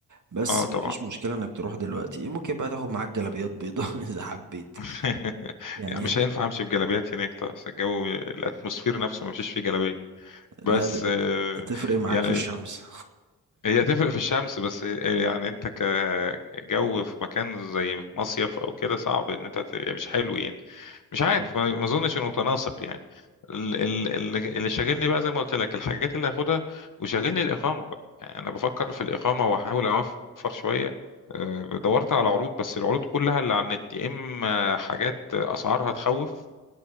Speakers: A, on the right; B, on the left.
A: بس
B: اه طبعا
A: مفيش مشكله انك تروح دلوقتي ممكن بقى تاخد معاك جلابيات بيضاء <laughs> اذا حبيت
B: <laughs>
A: يعني
B: يعني مش
A: هن...
B: هينفع امشي بجلابيات هناك طبعا الجو الاتموسفير نفسه ما مشيش فيه جلابيه
A: لا
B: بس
A: ده-
B: آه،
A: هتفرق معاك
B: يعني
A: في الشمس
B: هي تفرق في الشمس بس يعني انت كجو في مكان زي مصيف او كده صعب ان انت ت- يعني مش حلو يعني مش عارف
A: <laughs> مم.
B: ما ما اظنش انه متناسق يعني ال- ال- ال- اللي شاغلني بقى زي ما قلت لك الحاجات اللي هاخدها وشاغلني الاقامه بقى يعني انا بفكر في الاقامه واحاول اوفر شويه أه، دورت على عروض بس العروض كلها اللي على النت يا اما حاجات اسعارها تخوف